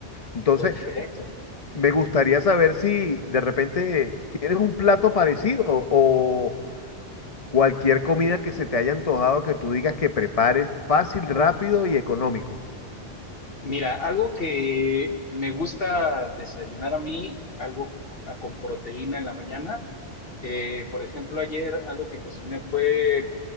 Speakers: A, on the left; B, on the left.
A: Entonces,
B: perfecto.
A: Me gustaría saber si de repente tienes un plato parecido o cualquier comida que se te haya antojado que tú digas que prepares fácil, rápido y económico.
B: Mira, algo que me gusta desayunar a mí, algo a- con proteína en la mañana Eh, por ejemplo, ayer algo que cociné fue,